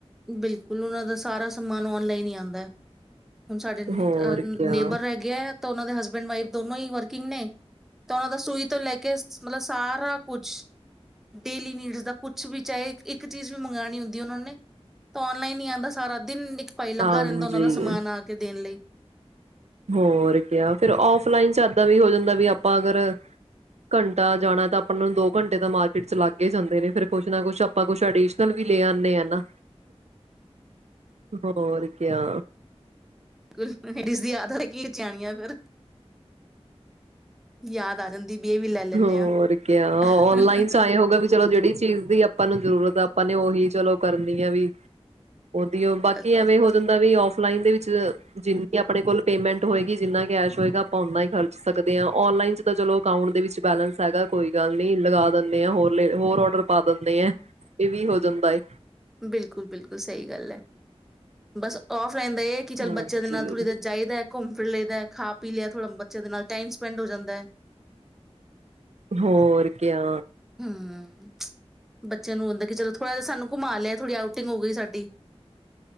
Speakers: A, in the centre; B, on the right.
A: ਬਿਲਕੁਲ, ਉਹਨਾਂ ਦਾ ਸਾਰਾ ਸਮਾਨ ਆਨਲਾਈਨ ਹੀ ਆਉਂਦਾ <unintelligible> ਹੁਣ ਸਾਡੇ
B: ਹੋਰ
A: ਨੇਬਰ
B: ਕਿਆ
A: ਰਹਿ ਗਿਆ ਹੈ ਤਾਂ ਉਹਨਾਂ ਦੇ ਹਸਬੈਂਡ ਵਾਈਫ ਦੋਨੋ ਹੀ ਵਰਕਿੰਗ ਨੇ, ਤੇ ਉਹਨਾਂ ਦਾ ਸੂਈ ਤੋਂ ਲੈ ਕੇ ਮਤਲਬ ਸਾਰਾ ਕੁਛ, ਡੇਲੀ ਨੀਡਸ ਦਾ ਕੁਛ ਵੀ ਚਾਹੇ, ਚੀਜ਼ ਵੀ ਮੰਗਉਣੀ ਹੁੰਦੀ ਉਹਨਾਂ ਨੇ ਤਾਂ ਆਨਲਾਈਨ ਨ ਆਉਂਦਾ ਸਾਰਾ ਦਿਨ ਭਾਈ ਲੱਗਾ
B: ਹਾਂਜੀ
A: ਰਹਿੰਦਾ ਉਹਨਾਂ ਦਾ ਸਮਾਨ ਆ ਕੇ ਦੇਣ ਲਈ,
B: ਹੋਰ ਕਿਆ ਫਿਰ ਔਫਲਾਈਨ ਚ ਏਦਾਂ ਵੀ ਹੋ ਜਾਂਦਾ ਵੀ ਆਪਾਂ ਅਗਰ ਘੰਟਾ ਜਾਣਾ ਤਾਂ ਆਪਾਂ ਨੂੰ ਦੋ ਘੰਟੇ ਤਾਂ ਮਾਰਕੀਟ ਚ ਲੱਗ ਹੀ ਜਾਂਦੇ ਨੇ ਫਰ ਕੁਛ ਨਾ ਕੁਛ ਆਪਾਂ ਕੁਛ ਅਡੀਸ਼ਨਲ ਵੀ ਲੈ ਆਦੇ ਹ ਨਾ। ਹੋਰ ਕਿਆ।
A: ਕੁਝ ਕ ਲੇਡੀਜ਼ ਦੀ ਯਾਦ ਆ ਕੀ ਫਿਰ ਯਾਦ ਆ ਜਾਂਦੀ ਵੀ ਇਹ ਵੀ ਲੈ ਲੈਂਨੇ
B: ਹੋਰ
A: ਆ
B: ਕ ਔਨਲਾਈਨ
A: ਬਸ
B: ਚ ਆਏ ਹੋਗਾ ਵੀ ਚਲੋ ਜਿਹੜੀ ਚੀਜ਼ ਦੀ ਆਪਾਂ ਨੂੰ ਜ਼ਰੂਰਤ ਆਪਾਂ ਨੇ ਉਹੀ ਚਲੋ ਕਰਨੀ ਹੈ ਵੀ ਉਹਦੀਓ ਬਾਕੀ
A: ਬਸ
B: ਐਵੇਂ
A: ਬਸ
B: ਹੋ ਜਾਂਦਾ ਵੀਫ ਫਲਾਈਨ ਦੇ ਵਿੱਚ ਜਿੰਨੀ ਆਪਣੇ ਕੋਲ ਪੇਮੈਂਟ ਹੋਏਗੀ ਜਿੰਨਾ ਕੈਸ਼ ਹੋਏਗਾ ਆਪਾਂ ਓਨਾ ਹੀ ਖਰਚ ਸਕਦੇ ਹਾਂ ਨਲਾਈਨ ਚ ਤਾਂ ਚਲੋ ਅਕਾਟ ਦੇ ਵਿੱਚ ਬੈਲੈਂਸ ਹੈਗਾ ਕੋਈ ਗੱਲ ਨਹੀ ਲਗਾ ਦਿੰਦੇ ਆਾਂ ਹੋਰ ਹੋਰ ਔਡਰ ਪਾ ਦਿੰਦੇ ਆ ਇਹ ਵੀ ਹੋ ਜਾਂਦਾ ਹੈ
A: ਬਿਲਕੁਲ ਬਿਲਕੁਲ ਸਹੀ ਗੱਲ ਹੈ। ਬਸ ਔਫ ਪਲੈਨ ਦਾ ਇਹ ਹੈ ਕਿ ਚੱਲ
B: ਹਾਂਜੀ,
A: ਬੱਚਿਆਂ ਦੇ ਨਾਲ ਥੋੜੀ ਦੇਰ ਚਾਹੀਦਾ ਹੈ ਘੁੰਮ ਫਿਰਲੇ ਦਾ ਖਾ ਪੀ ਲਿਆ ਥੋੜ੍ਹਾ ਬੱਚੇ ਦੇ ਨਾਲ ਟਾਈਮ ਸਪੈਂਡ ਹੋ ਜਾਂਦਾ ਹੈ
B: ਹੋਰ ਕਿਆ
A: ਹਮ ਬੱਚਿਆਂ ਨੂੰ ਹੁੰਦਾ ਕਿ ਚਲੋ ਥੋੜ੍ਹਾ ਜਿਹਾ ਸਾਨੂੰ ਘੁਮਾ ਲਿਆ ਥੋੜੀ ਆਊਟਿੰਗ ਹੋ ਗਈ ਸਾਡੀ